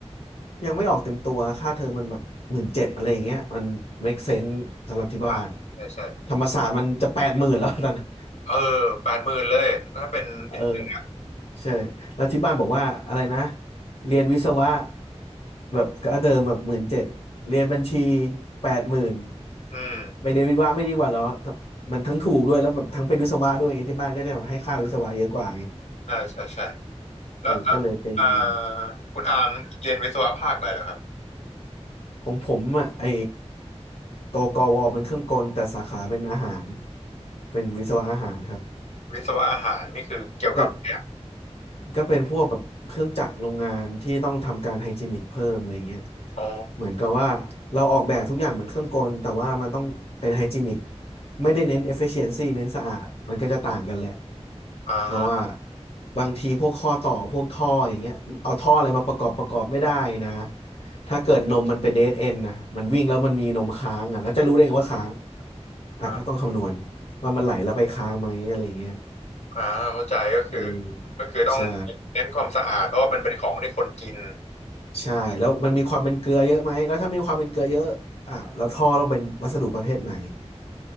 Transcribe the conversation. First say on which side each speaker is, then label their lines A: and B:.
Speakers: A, on the left; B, on the left.
A: ยังไม่ออกเต็มตัวค่าเทอมมันแบบหมื่นเจ็ดอะไรอย่างเงี้ยมัน make sense สำหรับที่บ้าน
B: อ่ะใช่ใช่
A: ธรรมศาสตร์มันจะแปดหมื่นแล้ว <laughs> ตอนนั้น
B: เออแปดหมื่นเลยถ้าเป็นอิน
A: เออ ใช่แล้วที่บ้านบอกว่าอะไรนะเรียนวิศวะแบบก็เดิมแบบหมื่นเจ็ดเรียนบัญชีแปดหมื่น
B: อืม
A: ไปเรียนวิศวะไม่ดีกว่าเหรอถ้ามันทั้งถูกด้วยแล้วแบบทั้งเป็นวิศวะด้วยไงที่บ้านก็จะแบบให้ค่าวิศวะเยอะกว่าไง
B: ใช่ใช่ใช่แล้วแล้วอ่า
A: เออก็เลยไปเรียน
B: คุณอามเรียนวิศวะภาคอะไรเหรอครับ
A: ของผมอ่ะไอตัวกวเป็นเครื่องกลแต่สาขาเป็นอาหารเป็นวิศวะอาหารครับ
B: วิศวะอาหารนี่คือเกี่ยวกับเนี่ย
A: ก็ ก็เป็นพวกแบบเครื่องจักรโรงงานที่ต้องทำการไฮจีนิกเพิ่มอะไรเงี้ย
B: อ๋อ
A: เหมือนกับว่าเราออกแบบทุกอย่างเหมือนเครื่องกลแต่ว่ามันต้องเป็นไฮจีนิกไม่ได้เน้น e f f i เ i e n c y เน้นสะอาดมันก็จะต่างกันแหละ
B: อ่า
A: เพราะว่าบางทีพวกข้อต่อพวกท่ออย่างเงี้ยเอาท่ออะไรมาประกอบประกอบไม่ได้นะถ้าเกิดนมมันเป็นเดดเอนนะมันวิ่งแล้วมันมีนมค้างอ่ะแล้วจะรู้ได้ไงว่าค้างอ่ะก็ต้องคำนวณ
B: อ่า
A: ว่ามันไหลแล้วไปค้างไหมอะไรอย่างเงี้ย
B: อ่าเข้าใจก็คือ
A: เออ
B: ก็คือต้อง
A: ใช่
B: เน้นความสะอาดเพราะว่ามันเป็นของที่คนกิน
A: ใช่แล้วมันมีความเป็นเกลือเยอะไหมแล้วถ้ามีความเป็นเกลือเยอะอ่ะแล้วท่อต้องเป็นวัสดุประเภทไหน